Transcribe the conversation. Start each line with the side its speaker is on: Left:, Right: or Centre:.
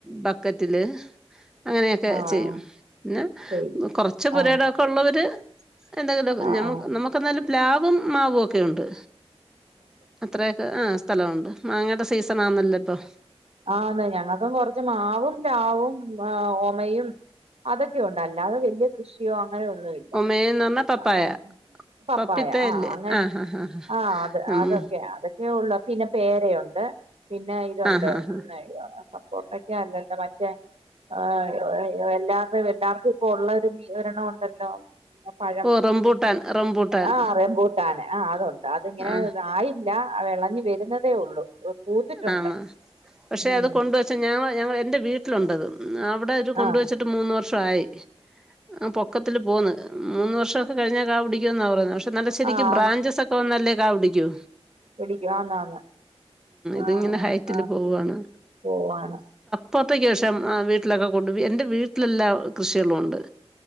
Centre: ബക്കറ്റില് അങ്ങനെയൊക്കെ
Right: ആഹ്
Centre: ചെയ്യും
Right: ആഹ്
Centre: പിന്നെ
Right: ചെയ്യും
Centre: കൊർച്ച് പുരടൊക്കെ
Right: ആഹ്
Centre: ഉള്ളവര് എന്തെങ്കിലും
Right: ആഹ്
Centre: മ്മ
Right: ആഹ്
Centre: നമുക്ക എന്നാലും പ്ലാവും മാവ് ഒക്കെ ണ്ട് അത്രയൊക്കെ ആഹ് സ്ഥലമുണ്ട് മാങ്ങയുടെ സീസൺ ആണേല്ല ഇപ്പൊ
Right: ആഹ് ഞങ്ങൾക്കും കൊർച്ച് മാവും രാവും ആ ഓമയും അതൊക്കെ ഉണ്ടല്ല അത് വല്യ കൃഷിയോ അങ്ങനെയൊന്നുല്ല
Centre: ഒമേന്ന് പറഞ്ഞാ പപ്പായ
Right: ആഹ് പപ്പായ
Centre: പപ്പിത്തയില്ലേ
Right: ആഹ് അങ്ങനെ
Centre: ആ ഹാ ഹാ ഹാ
Right: ആഹ് അത്
Centre: നമ്മ
Right: അതൊക്കെ അതെ അതെഉള്ളൂ പിന്നെ പേരയുണ്ട് പിന്നെ ഇതുണ്ട്
Centre: ആ ഹാ ഹാ
Right: സപ്പോട്ടക്കെ അല്ലല്ലോ മറ്റേ ആഹ് എല്ലർടെ എല്ലാർക്കും ഇപ്പ ഉള്ള ഒരു ഒരണം ഉണ്ടല്ലോ പഴം
Centre: ഓ റംബൂട്ടാൻ റംബൂട്ടാൻ
Right: ആഹ് റബുട്ടാൻ ആഹ് അതുണ്ട് അതിങ്ങനെ
Centre: ആ
Right: ആയില്ല ആയില്ല വെളഞ്ഞു വരുന്നതേ ഉള്ളൂ പൂത്തിട്ടുണ്ട്
Centre: ആണ് പക്ഷെ
Right: ഉം
Centre: അത് കൊണ്ട് വച്ച ഞ ഞങ്ങ എൻറെ വീട്ടിലുണ്ടത് അവിടെ ഒരു കൊണ്ടവച്ചിട്ട്
Right: ആഹ്
Centre: വെച്ചിട്ട് മൂന്ന് വർഷയി ആഹ് പൊക്കത്തിൽ പോന്ന് മൂന്ന് വർഷക്കെ കഴിഞ്ഞാൽ കാ പിടിക്കോ ന്നാ പറയണ് പക്ഷെ നല്ല ശരിക്കും
Right: ആഹ്
Centre: ബ്രാഞ്ചസ് ഒക്കെ വന്നല്ലേ കാ പിടിക്കൂ
Right: ഒരു ഗ്യാങാണ്
Centre: അതിങ്ങനെ
Right: ആഹ് ആഹ്
Centre: ഹൈറ്റില്
Right: ആഹ്
Centre: പോവുവാണ്
Right: പൂവാണ്
Centre: പോർത്തെക്ക് ശേഷം വീട്ടിലൊക്കെ കൊണ്ട് എൻ്റെ വീട്ടിലെല്ലാ കൃഷിയെളുണ്ട്